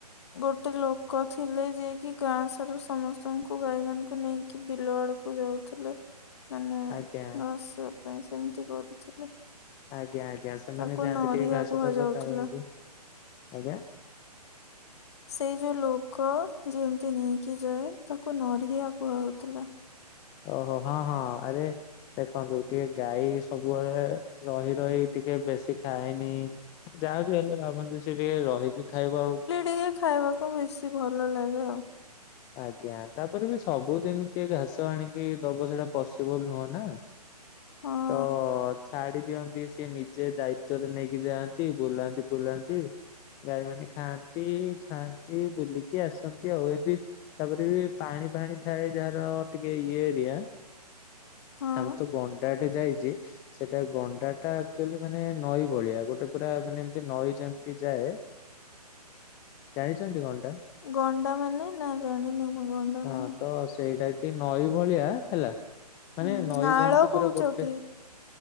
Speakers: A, on the left; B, on the left.
A: ଗୋଟେ ଲୋକ ଥିଲେ ଯିଏ କି ଗାଁ ସାରା ସମସ୍ତଙ୍କୁ ଗାଈ ମାନଙ୍କୁ ନେଇକି ବିଲ ଆଡ କୁ ଯାଉଥିଲେ ମାନେ
B: ଆଜ୍ଞା
A: ଘସିବା ପାଇଁ ସେମିତି କରୁଥିଲେ।
B: ଆଜ୍ଞା ଆଜ୍ଞା ସେମାନେ
A: ତାକୁ
B: ଯାଆନ୍ତି
A: ନରିଆ
B: ଟିକେ ଘାସ
A: କୁହାଯାଉଥିଲା।
B: ଫାସ ଖାଇବାକୁ ଆଜ୍ଞା।
A: ସେଇ ଯୋଉ ଲୋକ ଯେମିତି ନେଇକି ଯାଏ ତାକୁ ନରିଆ କୁୁହା ହଉଥିଲା।
B: ଓହୋ ହଁ ହଁ ଆରେ ଦେଖନ୍ତୁ। ଟିକେ ଗାଈ ସବୁବେଳେ ରହି ରହି ଟିକେ ବେଶୀ ଖାଏ ନି ଯାହା ବି ହେଲେ ଭାବନ୍ତୁ ସେ ଟିକେ ରହିକି ଖାଇବ ଆଉ।
A: ଇଏ ଖାଇବ। କୁ ବେଶୀ ଭଲ ଲାଗେ ଆଉ।
B: ଆଜ୍ଞା ତାପରେ ବି ସବୁଦିନ କିଏ ଘାସ ଆଣିକି ଦବ ସେଇଟା ପସିବଲ ନୁହଁ ନା।
A: ହଁ।
B: ତ ଛାଡି ଦିଅନ୍ତି ସିଏ ନିଜେ ଦାୟିତ୍ଵରେ ନେଇକି ଯାଆନ୍ତି ବୁଲାନ୍ତି ବୁଲାନ୍ତି। ଗାଈମାନେ ଖାଆନ୍ତି ଖାଆନ୍ତି ବୁଲିକି ଆସନ୍ତି ଆଉ ଏମିତି। ତାପରେ ବି ପାଣି ଫାଣି ଥାଏ ଯାହାର ଟିକେ ଇଏ ଏରିଆ।
A: ହଁ।
B: ଆମର ତ ଗଣ୍ଡାଟେ ଯାଇଛି। ସେଇଟା ଗଣ୍ଡା ଟା ଆକ୍ଚୁଆଲି ମାନେ ନଈ ଭଳିଆ ଗୋଟେ ପୁରା ମାନେ ଏମିତି ନଈ ଯେମ ସିଏ ଯାଏ। ଯାଇଛନ୍ତି ଗଣ୍ଡା?
A: ଗଣ୍ଡା ମାନେ ନା ଜାଣିନି ମୁଁ। ଗଣ୍ଡା
B: ହଁ
A: ମାନେ
B: ତ ସେଇଟା କି ନଈ ଭଳିଆ ହେଲା ମାନେ
A: ହୁଁ
B: ନଈ
A: ନାଳ
B: ଯେମିତି
A: କହୁଛ
B: ପୁରା ଗୋଟେ।
A: କି?